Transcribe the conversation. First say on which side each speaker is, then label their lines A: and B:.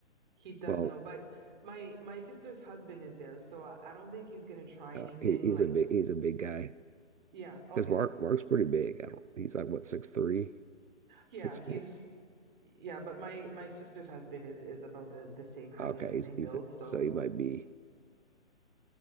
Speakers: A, on the right (about 40°); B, on the right (about 85°).
A: He does
B: Well,
A: know, but my my sister's husband is there, so I, I don't think he's gonna try
B: uh,
A: anything
B: he, he's
A: like
B: a big he's a big guy
A: yeah, oh
B: because
A: yeah.
B: Mark Mark's pretty big. I don't. He's like what six three,
A: Yeah,
B: six
A: he's
B: four.
A: yeah, but my my sister's husband is is about the the same height
B: Okay,
A: and the same
B: he's he's
A: build,
B: a,
A: so
B: so he might be. <sighs>